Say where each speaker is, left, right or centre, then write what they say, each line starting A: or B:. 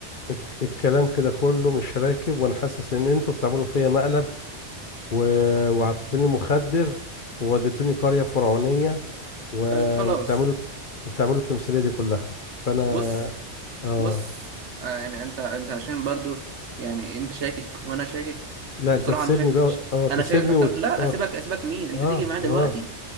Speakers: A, on the left; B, on the right.
A: الك- الكلام كده كله مش راكب وانا حاسس ان انتوا بتعملوا فيا مقلب و... وعطيتوني مخدر ووديتوني قريه فرعونيه و...
B: طيب خلاص
A: وبتعملوا وبتعملوا التمثيليه دي كلها فانا
B: بص
A: اه
B: بص آه يعني انت انت عشان برضو يعني انت شاكك وانا شاكك
A: لا
B: وبصراحة
A: انت تسيبني
B: انا شاكك
A: بقى
B: ش...
A: اه تسيبني
B: انا شاكك اكتر
A: وت...
B: لا
A: اه
B: اسيبك اسيبك مين انت
A: اه
B: تيجي معايا دلوقتي
A: اه